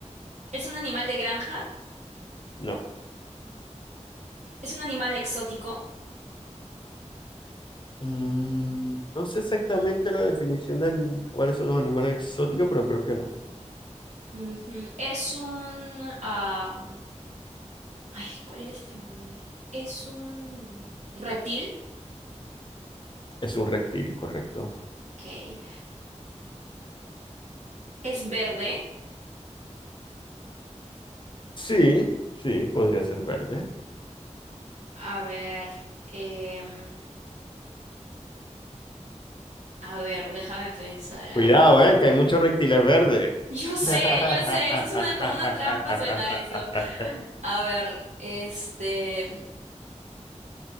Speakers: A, on the right; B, on the left.
A: ¿Es un animal de granja?
B: No.
A: ¿Es un animal exótico?
B: Mm, no sé exactamente la definición de an- cuáles son los animales exóticos, pero creo que no.
A: Ujú. Es un... am, Ay, ¿cuál era este nombre? Es un reptil.
B: Es un reptil, correcto.
A: Ok. ¿Es verde?
B: Sí, sí, podría ser verde.
A: A ver. em, A ver, déjame pensar algo.
B: Cuidado, eh, que hay muchos reptiles verdes.
A: Yo
B: <laughs>
A: sé, yo sé, eso es una, como una trampa suena eso. A ver, este,